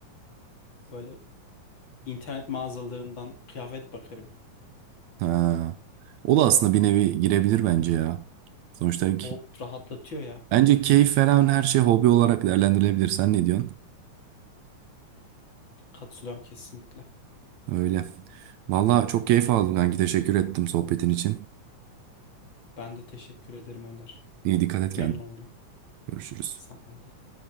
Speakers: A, on the left (about 40°); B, on the right (about 75°).
A: böyle internet mağazalarından kıyafet bakarım.
B: Ha. O da aslında bir nevi girebilir bence ya. Sonuçta ki-
A: O rahatlatıyor ya.
B: Bence keyif veren her şey hobi olarak değerlendirilebilir. Sen ne diyorsun?
A: Katılıyorum kesinlikle.
B: Öyle. Valla çok keyif aldım kanki. Teşekkür ettim sohbetin için.
A: Ben de teşekkür ederim Önder.
B: İyi dikkat et
A: Memnun
B: kendine.
A: oldum.
B: Görüşürüz.
A: Sen de.